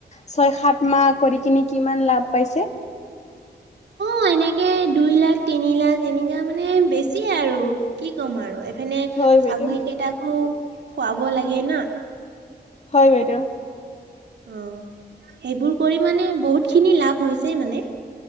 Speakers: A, on the left; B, on the right.
A: ছয় সাতমাহ কৰি কিনি কিমান লাভ পাইছে <inaudible>
B: অ এনেকে দুই লাখ তিনি লাখ এনেকা মানে বেছি আৰু কি ক'ম আৰু মানে
A: হয় বাইদেউ
B: ছাগলী কেইটাকো খুৱাব লাগে না
A: হয় বাইদেউ?
B: অ, সেইবোৰ কৰি মানে বহুতখিনি লাভ হৈছে মানে।